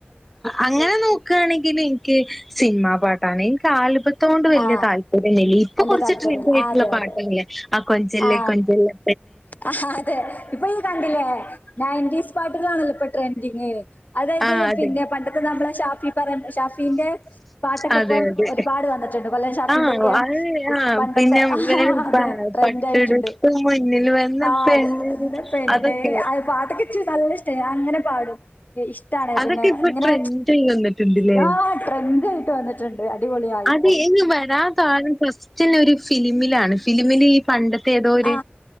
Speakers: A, in the centre; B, on the left (about 45°).
A: അങ്ങനെ നോക്കാണെങ്കില് ഇൻക്ക് സിനിമാ പാട്ടാണ് ഇൻക്ക് ആൽബ അതൊണ്ട് വെല്യ
B: ആ
A: താല്പര്യംന്നില്ല ഇപ്പൊ
B: വല്യ
A: കൊർച്ച്
B: താല്പര്യല്ല
A: ട്രെൻഡായിട്ടുള്ള
B: ആ അതെ
A: പാട്ടില്ലെ
B: അതെ
A: ആ കൊഞ്ചല്ലെ
B: ആ
A: കൊഞ്ചല്ലെ
B: ആ അതെ ഇപ്പൊ ഇയ്യ് കണ്ടില്ലേ ണയന്റീസ് പാട്ടുകളാണല്ലോ ഇപ്പൊ ട്രെൻഡിങ് അതായത്
A: ആ അതെ
B: പിന്നെ പണ്ടത്തെ നമ്മളെ ഷാഫി പറ ഷാഫിന്റെ പാട്ടൊക്കെപ്പം
A: അതെ അതെ
B: ഒരു പാട് വന്ന് കൊല്ലം ഷാഫിന്റൊക്കെ
A: ആ അത് ആ
B: പണ്ടത്തെ
A: പിന്നെ
B: ആ
A: വേറെ
B: അതെ
A: പ
B: ട്രെൻഡായിട്ട്ണ്ട്
A: പട്ടെടുത്ത് മുന്നിൽ വന്ന
B: ആ
A: പെണ്ണ്
B: അത് ന്ത പെണ്ണേ
A: അതൊക്കെ
B: അത് പാട്ടക്കൊ നല്ല ഇഷ്ടായി ഞാൻങ്ങനെ പാടും ഇഷ്ട്ടാണ്
A: അതൊക്കെ
B: പിന്നെ
A: ഇപ്പൊ
B: ങ്ങനെ
A: ട്രെൻഡായി വന്നിട്ടുണ്ട്ല്ലേ?
B: ലാ ട്രെൻഡായിട്ട് വന്ന്ട്ട്ണ്ട് അടിപൊളിയായിപ്പം
A: അത് ഇനി വരാൻ <unintelligible> ഒരു ഫിലിമിലാണ് ഫിലിമിലീ പണ്ടത്തെ ഏതോര്
B: ആ